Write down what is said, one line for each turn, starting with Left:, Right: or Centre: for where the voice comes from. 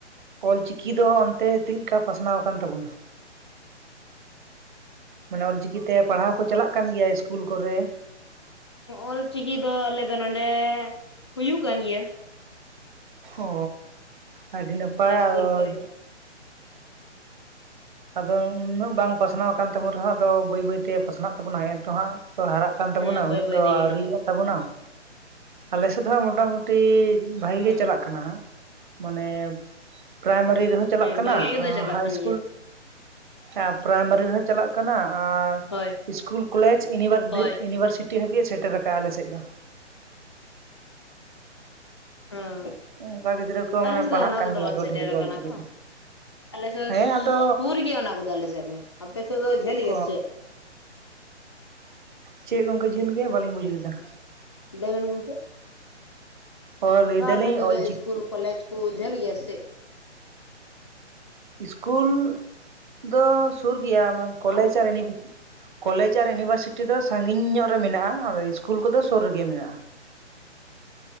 Right: ᱚᱞᱪᱤᱠᱤ ᱫᱚ ᱚᱱᱛᱮ ᱪᱮᱫ ᱞᱮᱠᱟ ᱯᱟᱥᱱᱟᱣ ᱟᱠᱟᱱ ᱛᱟᱵᱳᱱᱟ ᱢᱟᱱᱮ ᱚᱞᱪᱤᱠᱤᱛᱮ ᱯᱟᱲᱦᱟᱣ ᱠᱚ ᱪᱟᱞᱟᱜ ᱠᱟᱱ ᱜᱮᱭᱟ ᱤᱥᱠᱩᱞ ᱠᱚᱨᱮ
Left: ᱚᱞᱪᱤᱠᱤ ᱫᱚ ᱟᱞᱮ ᱫᱚ ᱱᱚᱰᱮ ᱦᱩᱭᱩᱜ ᱠᱟᱱ ᱜᱮᱭᱟ
Right: ᱚ ᱟᱹᱰᱤ ᱱᱟᱯᱟᱭ
Left: ᱤᱥᱠᱩᱞ
Right: ᱟᱫᱚ
Left: ᱠᱚᱨᱮ
Right: ᱦᱮ
Left: ᱜᱮ
Right: ᱟᱫᱚ ᱩᱱᱟᱹᱜ ᱵᱟᱝ ᱯᱟᱥᱱᱟᱣ ᱟᱠᱟᱱ ᱛᱟᱵᱚᱱ ᱨᱮᱦᱚᱸ ᱟᱫᱚ ᱵᱟᱹᱭ ᱵᱟᱹᱭᱛᱮ ᱯᱟᱥᱱᱟᱜ ᱛᱟᱵᱚᱱᱟ ᱮᱱᱛᱚ ᱦᱟᱸ ᱛᱚ ᱦᱟᱨᱟᱜ ᱠᱟᱱ ᱛᱟᱵᱚᱱᱟ
Left: ᱦᱮᱸ
Right: ᱩᱱᱟᱹᱜ
Left: ᱵᱟᱹᱭ
Right: ᱫᱚ
Left: ᱵᱟᱹᱭ ᱛᱮᱜᱮ
Right: ᱟᱣᱨᱤᱭᱟᱜ ᱛᱟᱵᱚᱱᱟ ᱟᱞᱮᱥᱮᱫ ᱫᱚ ᱦᱟᱸᱜ ᱢᱚᱴᱟᱢᱩᱴᱤ ᱵᱷᱟᱜᱮ
Left: ᱦᱮᱸ
Right: ᱜᱮ ᱪᱟᱞᱟᱜ ᱠᱟᱱᱟ ᱦᱟᱸᱜ ᱢᱟᱱᱮ ᱯᱨᱟᱭᱢᱟᱨᱤ ᱮ ᱨᱮᱦᱚᱸ ᱪᱟᱞᱟᱜ
Left: ᱦᱮᱸ
Right: ᱠᱟᱱᱟ
Left: ᱵᱷᱟᱜᱮ ᱜᱮᱫᱚ ᱪᱟᱞᱟᱜ
Right: ᱦᱟᱭ
Left: ᱠᱟᱱ
Right: ᱤᱥᱠᱩᱞ
Left: ᱜᱮᱭᱟ
Right: ᱦᱮᱸ ᱯᱨᱟᱭᱢᱟᱨᱤ ᱨᱮᱦᱚᱸ ᱪᱟᱞᱟᱜ ᱠᱟᱱᱟ ᱟᱨ
Left: ᱦᱳᱭ
Right: ᱥᱠᱩᱞ ᱠᱚᱞᱮᱡᱽ ᱤᱱᱤᱵᱷᱟᱨ
Left: ᱦᱳᱭ
Right: ᱤᱭᱩᱱᱤᱵᱷᱟᱨᱥᱤᱴᱤ ᱦᱟᱹᱵᱤᱡᱮ ᱥᱮᱴᱮᱨ ᱠᱟᱜᱼᱟ ᱟᱞᱮ ᱥᱮᱫ ᱫᱚ
Left: ᱦᱚᱸ
Right: ᱚᱱᱠᱟ ᱜᱤᱫᱽᱨᱟᱹ ᱠᱚ
Left: ᱟᱞᱮ
Right: ᱢᱟᱱᱮ
Left: ᱥᱮᱫ
Right: ᱯᱟᱲᱦᱟᱜ
Left: ᱚᱱᱟ
Right: ᱠᱟᱱ
Left: ᱠᱚᱫᱚ
Right: ᱜᱮᱭᱟ
Left: ᱵᱟᱝ
Right: ᱠᱚ
Left: ᱥᱮᱴᱮᱨ
Right: ᱰᱷᱮᱨ ᱜᱮ
Left: ᱠᱟᱱᱟ
Right: ᱚᱞᱪᱤᱠᱤ
Left: ᱛᱚ
Right: ᱛᱮ
Left: ᱟᱞᱮ ᱥᱮ
Right: ᱦᱮᱸ ᱟᱫᱚ
Left: ᱥᱩᱨ ᱜᱮᱭᱟ ᱚᱱᱟᱠᱚᱫᱚ ᱟᱞᱮ ᱥᱮᱡ ᱫᱚ ᱟᱯᱮ ᱥᱮᱡ ᱫᱚ ᱡᱷᱟᱹᱞ ᱜᱮᱭᱟ
Right: ᱦᱚᱸ
Left: ᱥᱮ ᱪᱮᱫ
Right: ᱪᱮᱫ ᱜᱚᱝᱠᱮ ᱡᱷᱟᱹᱞ ᱜᱮᱭᱟ ᱵᱟᱞᱤᱧ ᱵᱩᱡ ᱞᱮᱫᱟ
Left: ᱞᱟᱹᱭᱵᱮᱱ ᱜᱚᱝᱠᱮ
Right: ᱚ ᱞᱟᱹᱭ
Left: ᱵᱟ
Right: ᱫᱟᱞᱤᱧ
Left: ᱟᱯᱮ ᱛᱮᱫᱚ
Right: ᱚᱞᱪᱤᱠᱤ
Left: ᱤᱥᱠᱩᱞ ᱠᱚᱞᱡᱽ ᱠᱚ ᱡᱷᱟᱹᱞ ᱜᱤᱭᱟᱹ ᱥᱮ ᱪᱮᱫ
Right: ᱤᱥᱠᱩᱞ ᱫᱚ ᱥᱩᱨᱜᱮᱭᱟ
Left: ᱪᱮᱫ?
Right: ᱠᱚᱞᱮᱡᱽ ᱟᱨ ᱤᱱᱤᱵᱷᱤ ᱠᱚᱞᱮᱡᱽ ᱟᱨ ᱤᱱᱤᱵᱷᱟᱨᱥᱤᱴᱤ ᱫᱚ ᱥᱟᱺᱟᱹᱜᱤᱧ ᱧᱚᱜ ᱨᱮ ᱢᱮᱱᱟᱜᱼᱟ ᱤᱥᱠᱩᱞ ᱠᱚᱫᱚ ᱥᱩᱨ ᱨᱮᱜᱮ ᱢᱮᱱᱟᱜᱼᱟ